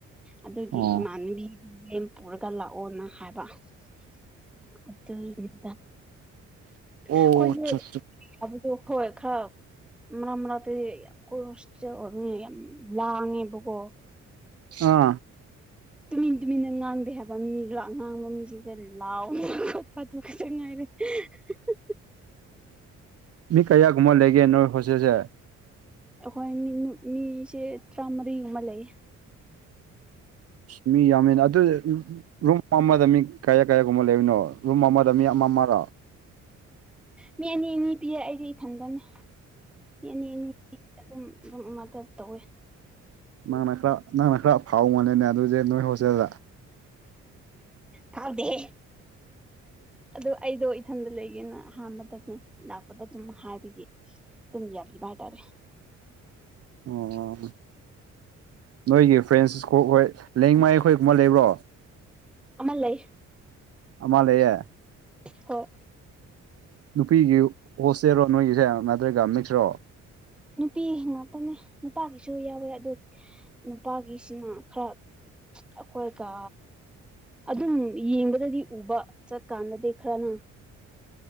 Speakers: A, in the centre; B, on the right (about 50°).
A: ꯑꯗꯨꯒꯤ
B: ꯑꯣ
A: ꯏꯃꯥꯟꯅꯕꯤ ꯂꯦꯝ ꯄꯨꯔꯒ ꯂꯥꯛꯑꯣꯅ ꯍꯥꯏꯕ <unintelligible>
B: ꯑꯣ ꯑꯆꯥ ꯑꯆꯥ
A: ꯑꯗꯨꯕꯨ ꯍꯣꯏ ꯈꯔꯞ ꯃ ꯃꯇꯩ ꯈꯣꯏ ꯍꯣꯁꯇꯦꯜ ꯑꯣ ꯃꯤ ꯌꯥꯝ ꯂꯥꯡꯉꯦꯕꯀꯣ
B: ꯑꯥ
A: ꯇꯨꯃꯤꯟ ꯇꯨꯃꯤꯟꯅ ꯉꯥꯡꯗꯦ ꯍꯥꯏꯕ ꯃꯤꯒ ꯉꯥꯡꯕ ꯃꯤꯁꯤꯡꯁꯦ ꯂꯥꯎꯕ ꯈꯣꯠꯄ ꯈꯇ ꯉꯥꯏꯔꯦ <unintelligible>
B: ꯃꯤ ꯀꯌꯥꯒꯨꯝꯕ ꯂꯩꯒꯦ ꯅꯣꯏ ꯍꯣꯁꯦꯜꯁꯦ
A: ꯑꯩꯈꯣꯏ ꯃꯤ ꯃꯤꯁꯦ ꯇꯔꯥꯃꯔꯤꯒꯨꯝꯕ ꯂꯩꯌꯦ
B: ꯃꯤ ꯌꯥꯝꯃꯦꯅ ꯑꯗꯨ ꯔꯨꯝ ꯑꯃꯗ ꯃꯤ ꯀꯌꯥ ꯀꯌꯥꯒꯨꯝꯕ ꯂꯩꯕꯅꯣ ꯔꯨꯝ ꯑꯃꯗ ꯃꯤ ꯑꯃ ꯑꯃꯔꯣ
A: ꯃꯤ ꯑꯅꯤ ꯑꯅꯤ ꯄꯤꯌꯦ ꯑꯩꯗꯤ ꯏꯊꯟꯗꯅꯦ ꯃꯤ ꯑꯅꯤ ꯑꯅꯤ ꯄꯤ ꯑꯗꯨꯝ ꯔꯨꯝ ꯑꯃꯇ ꯇꯧꯋꯦ
B: ꯃꯥꯅ ꯈꯔ ꯅꯪꯅ ꯈꯔ ꯐꯥꯎ ꯃꯜꯂꯦꯅꯦ ꯑꯗꯨꯗꯤ ꯅꯣꯏ ꯍꯣꯁꯇꯦꯜꯗ
A: ꯐꯥꯎꯗꯦꯍꯦ ꯑꯗꯨ ꯑꯩꯗꯣ ꯏꯊꯟꯗ ꯂꯩꯒꯦꯅ ꯑꯍꯥꯟꯕꯗꯅꯦ ꯂꯥꯛꯄꯗ ꯑꯗꯨꯝ ꯍꯥꯏꯕꯒꯤ ꯇꯨꯝ ꯌꯥꯕꯤꯕ ꯍꯥꯏ ꯇꯔꯦ
B: ꯑꯣ ꯅꯣꯏꯒꯤ ꯐ꯭ꯔꯦꯟꯁ ꯀꯣꯛ ꯍꯣꯏ ꯂꯦꯡꯃꯥꯏ ꯑꯩꯈꯣꯏꯒꯨꯝꯕ ꯂꯩꯕ꯭ꯔꯣ
A: ꯑꯃ ꯂꯩ
B: ꯑꯃ ꯂꯩꯌꯦ
A: ꯍꯣꯏ
B: ꯅꯨꯄꯤꯒꯤ ꯍꯣꯁꯇꯦꯜꯔꯣ ꯅꯣꯏꯒꯤꯁꯦ ꯅꯠꯇ꯭ꯔꯒ ꯃꯤꯛꯁꯔꯣ
A: ꯅꯨꯄꯤ ꯉꯥꯛꯇꯅꯦ ꯅꯨꯄꯥꯒꯤꯁꯨ ꯌꯥꯎꯋꯦ ꯑꯗꯣ ꯅꯨꯄꯥꯒꯤꯁꯤꯅ ꯈꯔ ꯑꯩꯈꯣꯏꯒ ꯑꯗꯨꯝ ꯌꯦꯡꯕꯗꯗꯤ ꯎꯕ ꯆꯠꯀꯥꯟꯗꯗꯤ ꯈꯔꯅ